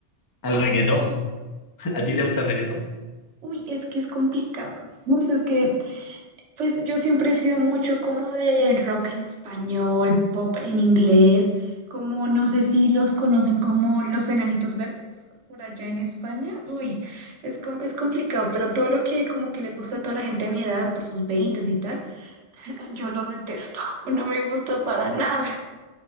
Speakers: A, on the left; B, on the right.
A: el reggaetón. ¿A ti
B: Y,
A: te gusta el reggaetón? <laughs>
B: uy, es que es complicado. <laughs> No sé, es que Pues yo siempre he sido mucho como de rock en español, pop en inglés, como no sé si los conocen como los Enanitos Verdes por allá en España. Uy, es, com- es complicado, pero todo lo que como que le gusta a toda la gente de mi edad por sus veintes y tal, <laughs> yo lo detesto, <laughs> no me gusta para nada.